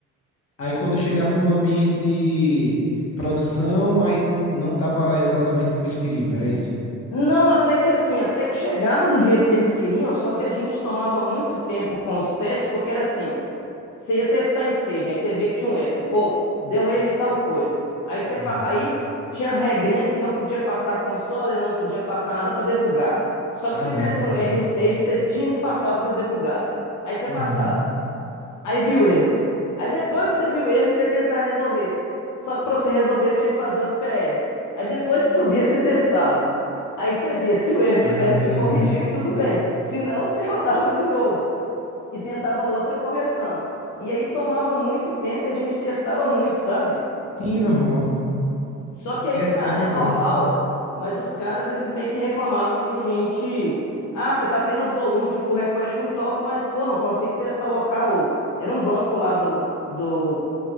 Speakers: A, on the left; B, on the left.
A: Aí quando chegava no ambiente de produção, aí não tava exatamente como eles queriam, era isso?
B: Não, até que assim, até que chegava do jeito que eles queriam, só que a gente tomava muito tempo com os testes, porque era assim, você ia testar em stage, aí você via que tinha um erro, pô, deu um erro em tal coisa. Aí você,
A: Hum.
B: pa- aí tinha as regrinhas que não podia passar console, não podia passar nada para debugar. Só
A: Ah,
B: que se
A: tá,
B: desse
A: entendi.
B: um erro em stage, você tinha que passar algo para debugar. Aí você
A: Uhum.
B: passava. Aí viu o erro. Aí depois que você viu o erro, você ia tentar resolver. Só que para você resolver, você tinha que fazer outro PR. Aí depois que subia, você testava. Aí você via, se o erro tivesse
A: Ah, tá ligado.
B: corrigido, tudo bem. Se não, você <laughs> rodava de novo e tentava outra correção. E aí tomava muito tempo e a gente testava muito, sabe?
A: Sim, normal.
B: Só que aí
A: É,
B: que tá,
A: é- acontece.
B: é normal, mas os caras eles meio que reclamavam que a gente, ah, você tá tendo um volume de pull request muito alto, mas pô, não consigo testar local. Era um banco lá do, do